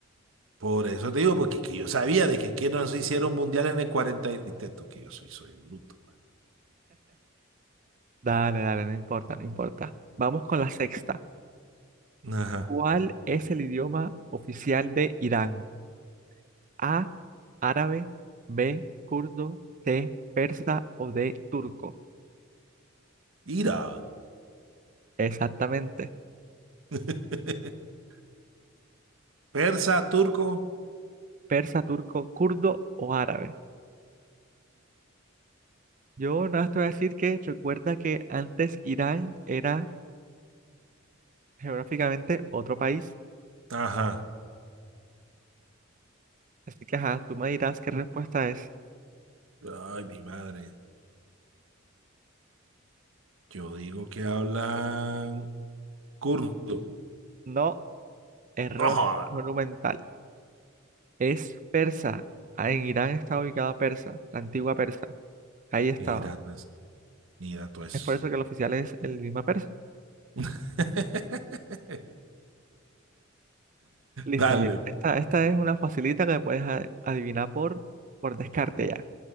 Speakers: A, on the right; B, on the right.
A: Por eso te digo, porque es que yo sabía de que, es que no se hicieron mundiales en el cuarenta y- Viste tú que yo soy, soy bruto.
B: Dale, dale, no importa, no importa. Vamos con la sexta.
A: Ajá.
B: ¿Cuál es el idioma oficial de Irán? A, árabe, B, kurdo, C, persa o D, turco.
A: Mira.
B: Exactamente.
A: <laughs> Persa, turco.
B: Persa, turco, kurdo o árabe. Yo nada más te voy a decir que recuerda que antes Irán era geográficamente otro país.
A: Ajá.
B: Así que ajá, tú me dirás qué respuesta es.
A: Ay, mi madre. Yo digo que hablan kurdo.
B: No, error
A: No joda.
B: monumental. Es persa. Ah, En Irán está ubicada Persa, la antigua Persa. Ahí estaba.
A: Mira, pues, mira, tú es.
B: Es por eso que el oficial es el idioma persa.
A: <laughs>
B: Listo,
A: Dale.
B: mira. Esta, esta es una facilita que puedes a- adivinar por, por descarte ya.